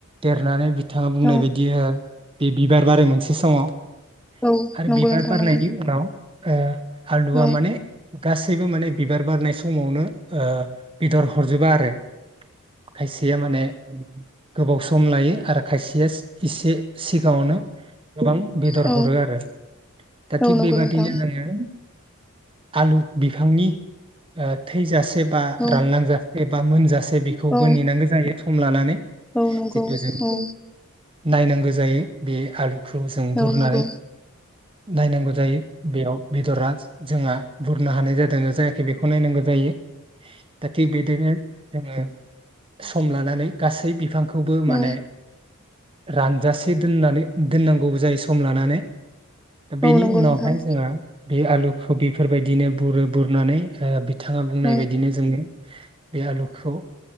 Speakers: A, on the right; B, in the centre.
A: देरनानै बिद बिथाङा बुंनाय
B: औ
A: बायदि बे बिबार बारो मोनसे समाव।
B: औ
A: आरो
B: नंगौ
A: बिबार
B: नोंथां
A: बारनायनि
B: नंगौ।
A: उनाव ओ। हादुवा
B: औ
A: माने। गासैबो माने बिबार बारनाय समावनो ओ। बेदर हरजोबा आरो। खायसेया माने। गोबाव स सम लायो आरो खायसेया इस-इसे। सिगाङावनो गोबां बेदर
B: औ
A: हरो आरो दा थिग
B: औ नंगौ नोंथां औ नंगौ
A: बेबादिनो
B: नोंथां
A: जोङो। आलु बिफांनि ओ थैजासे। एबा
B: औ
A: रानलांजासे। एबा मोनजासे बेखौबो
B: औ
A: नेनांगौ जायो। सम लानानै।
B: औ नंगौ
A: जिथु जों
B: औ।
A: नायनांगौ जायो बे आलु। <unintelligible> जों बुरनानै।
B: औ नंगौ
A: नायनांगौ जायो बेयाव। बेदरा जोंहा बुरनो हानाय जादों जायाखै बेखौ नायनांगौ जायो। दा थिग बिदिनो जोङो। सम लानानै गासै बिफां। खौबो
B: औ
A: माने रानजासे दोननानै दोननांगौबो जायो सम लानानै। दा
B: औ
A: बेनि
B: नंगौ औ नंगौ
A: उनावहाय
B: नोंथां
A: जोङो। बे आलुखौ बेफोरबायदिनो बुरो बुरनानै ओ बिथाङा बुंनाय
B: औ
A: बायदिनो जोङो बे आलुखौ